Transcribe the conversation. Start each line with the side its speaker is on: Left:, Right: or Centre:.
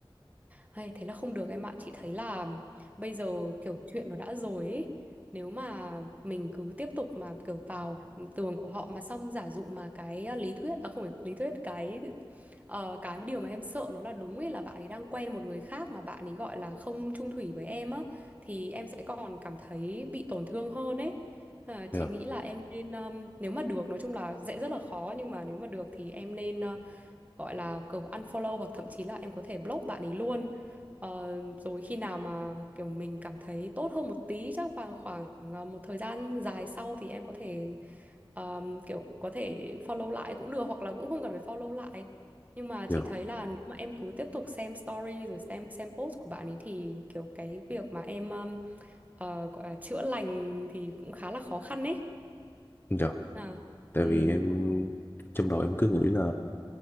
Right: Hay, thế là không được em ạ. Chị thấy là bây giờ kiểu chuyện nó đã rồi ấy. Nếu mà mình cứ tiếp tục mà kiểu vào tường của họ mà xong giả dụ mà cái uh, lý thuyết à không phải lý thuyết cái ờ, cái điều mà em sợ nó là đúng ấy là bạn ấy đang quen một người khác mà bạn ấy gọi là không chung thủy với em á thì em sẽ còn cảm thấy bị tổn thương hơn ấy. Ờ,
Left: Dạ,
Right: chị nghĩ là em nên um, nếu mà được nói chung là dễ rất là khó nhưng mà nếu mà được thì em nên ờ, gọi là kiểu unfollow hoặc thậm chí là em có thể block bạn ấy luôn Ờ, rồi khi nào mà kiểu mình cảm thấy tốt hơn một tí chắc vào khoảng ờ, một thời gian dài sau thì em có thể ờm, kiểu có thể follow lại cũng được hoặc là cũng không cần phải follow lại nhưng mà chị
Left: dạ,
Right: thấy là nếu mà em cứ tiếp tục xem story rồi xem xem post của bạn ấy thì kiểu cái việc mà em ờm, ờ, gọi là chữa lành thì cũng khá là khó khăn ấy
Left: dạ.
Right: à,
Left: Tại
Right: ừ
Left: vì em trong đầu em cứ nghĩ là